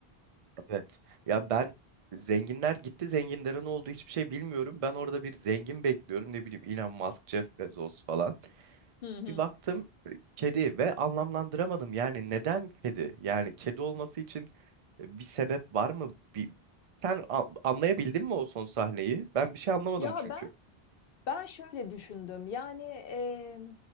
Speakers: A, on the right; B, on the left.
A: Evet. Ya ben zenginler gitti zenginlerin olduğu hiçbir şey bilmiyorum. Ben orada bir zengin bekliyorum ne bileyim Elon Musk, Jeff Bezos falan.
B: Hı hı.
A: Bir baktım e, kedi ve anlamlandıramadım. Yani neden kedi? Yani kedi olması için e, bir sebep var mı? Bir... Sen a- anlayabildin mi o son sahneyi? Ben bir şey anlamadım
B: Ya
A: çünkü.
B: ben Ben şöyle düşündüm. Yani eee,